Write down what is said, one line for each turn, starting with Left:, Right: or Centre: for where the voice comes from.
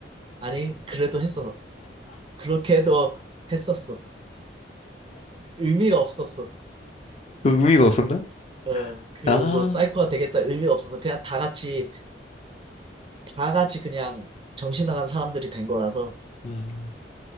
Right: 아니, 그래도 했어. 그렇게 해도 했었어. 의미가 없었어.
Left: 의미가 없었나?
Right: 어, 어, 그,
Left: 아,
Right: 뭐, 사이코가 되겠다 의미가 없어서 그냥 다 같이 다 같이 그냥 정신 나간 사람들이 된 거라서
Left: 음,